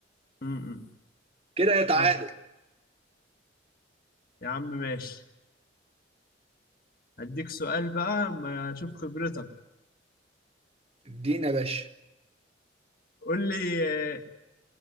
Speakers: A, on the left; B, on the right.
A: امم
B: كده يا تعادل
A: خلاص يا عم ماشي هديك سؤال بقى ما اشوف خبرتك
B: ادينا يا باشا
A: قول لي آه،